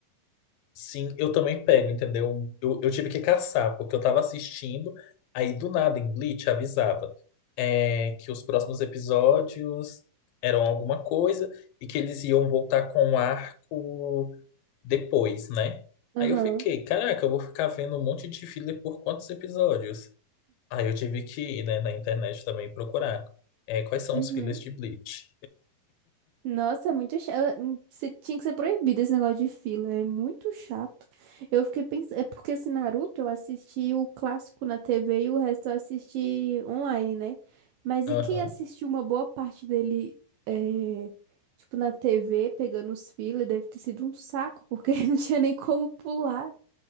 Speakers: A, on the left (about 80°); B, on the right (about 75°).
A: Sim, eu também pego, entendeu? Eu, eu tive que caçar, porque eu tava assistindo, aí do nada em Bleach avisava é, que os próximos episódios eram alguma coisa e que eles iam voltar com um arco depois, né?
B: Aham.
A: Aí eu fiquei, caraca, eu vou ficar vendo um monte de filler por quantos episódios? Aí eu tive que ir, né, na internet também procurar. É, quais são
B: Uhum.
A: os fillers de Bleach?
B: Nossa, é muito chato. Tinha que ser proibido esse negócio de fila. É muito chato. Eu fiquei pensando. É porque esse Naruto eu assisti o clássico na TV e o resto eu assisti online, né? Mas
A: <laughs>
B: e
A: Aham.
B: quem assistiu uma boa parte dele, é, tipo, na TV, pegando os fila, deve ter sido um saco, porque <laughs> não tinha nem como pular.